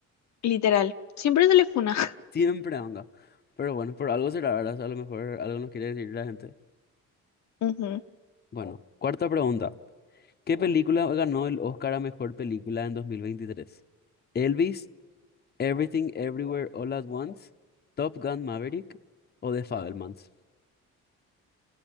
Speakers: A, on the left; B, on the left.
A: Literal. Siempre se le funa.
B: Siempre anga. Pero bueno, por algo será, ¿verdad? O sea, a lo mejor algo nos quiere decir la gente.
A: Ujú.
B: Bueno, cuarta pregunta. ¿Qué película ganó el Oscar a mejor película en 2023? Elvis, Everything Everywhere All at Once, Top Gun Maverick o The Fabelmans.